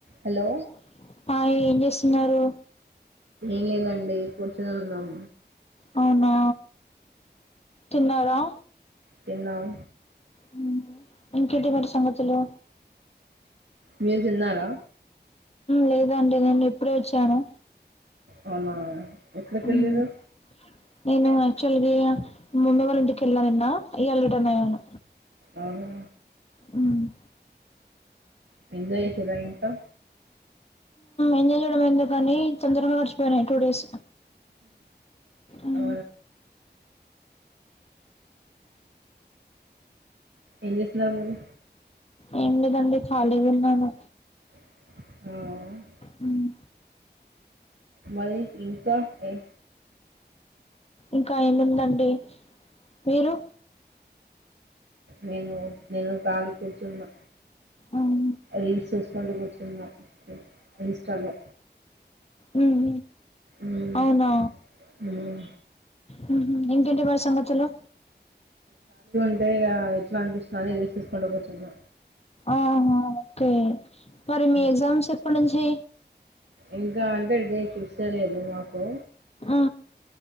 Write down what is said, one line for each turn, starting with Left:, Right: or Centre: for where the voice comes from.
Right: Hello
Left: సరే <inaudible> హ ఏం చేస్తున్నారు
Right: ఏం లేదండి కూర్చొని ఉన్నాం
Left: అవునా తిన్నారా
Right: తిన్నాం
Left: హ్మ్ ఇంకేంటి మరి సంగతులు
Right: మీరు తిన్నారా
Left: లేదండి నేను ఇప్పుడే వచ్చాను
Right: అవునా ఎక్కడకి
Left: ఉమ్,
Right: వెళ్ళరు
Left: నేను యాక్చువలి మమ్మి వాళ్ళ ఇంటికి వెళ్ళా నిన్న ఇయళ రిటర్న్ అయ్యాను
Right: అవునా
Left: హ్మ్
Right: ఎంజాయ్ చేసేదా ఇంతా
Left: ఎంజాయ్ చేయడం ఎందుకాని తొందరగా గడిచిపోయినాయి టూ డేస్ ఉమ్,
Right: ఆ ఏం చేస్తున్నారు మీరు
Left: ఏం లేదండి ఖాలీగా ఉన్నాను
Right: హ్మ
Left: మ్మ్
Right: మరి ఇంకా ఏ
Left: ఇంకా ఏముందండి మీరు
Right: నేను నేను కలిగ్గా కూర్చున్నా
Left: ఉమ్,
Right: రీల్స్ చూసుకూంటు కూర్చున్నా ఇన్స్టాలో
Left: మ్మ్
Right: మ్మ్
Left: అవునా
Right: మ్మ్
Left: మ్మ్ హ్మ్ ఇంకేంటి మరి సంగతులు
Right: అంటే ఎట్లా అనిపిస్తుంది అని రీల్స్ చూసుకుంట కూర్చున్న
Left: ఆహా ఒకే మరి మీ
Right: ఉమ్.
Left: ఎగ్జామ్స్ పనులు చే
Right: ఇంకా అంటే ఇదే చూసేలేదు మాకు
Left: ఆ